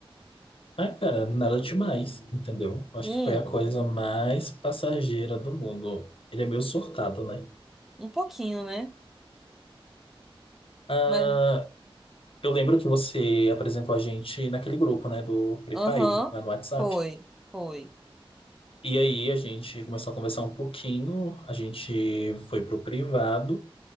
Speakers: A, on the left (about 70°); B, in the centre.
A: Ah, <laughs> cara, nada demais, entendeu? Acho
B: Hum,
A: que foi a coisa mais passageira do mundo. Ele é meio surtado, né?
B: um pouquinho, né?
A: Ah,
B: Mas,
A: eu lembro que você apresentou a gente naquele grupo, né, do Free
B: aham,
A: Fire, lá no WhatsApp.
B: foi, foi.
A: E aí a gente começou a conversar um pouquinho, a gente foi pro privado